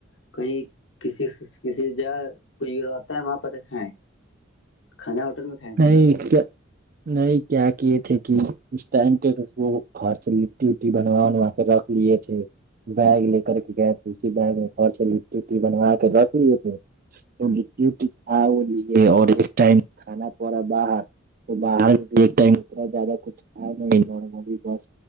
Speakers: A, on the left (about 65°); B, on the right (about 45°).
A: کہیں کسی کسی جگہ کوئی ہوتا ہے وہاں پہ کھیں <unintelligible> کھانا ہوٹل میں کھائے
B: نہیں
A: تھے <unintelligible>
B: کیا نہیں کیا کہ یہ تھے کہ اس ٹائم کے وہ گھر سے لٹی وٹی بنوا بنوا کے رکھ لیے تھے بیگ لے کر کے گئے تھے اسی بیگ میں گھر سے لٹی و بنوا کے رکھ لیے تھے تو لٹی کھا وہ لیے اور اس ٹائم <unintelligible> کھانا پڑ رہا باہر تو باہر د اتنا زیادہ کچھ کھیا نہیں نارملی بس